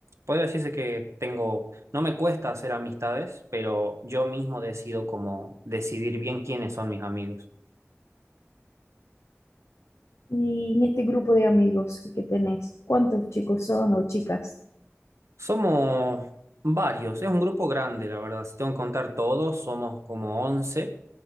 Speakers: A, on the right (about 80°); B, on the left (about 70°).
A: podría decirse que tengo, no me cuesta hacer amistades, pero yo mismo decido como decidir bien quiénes son mis amigos.
B: Y en este grupo de amigos que tenés, ¿cuántos chicos son o chicas?
A: Somos varios, es un grupo grande, la verdad. Si tengo que contar todos, somos como 11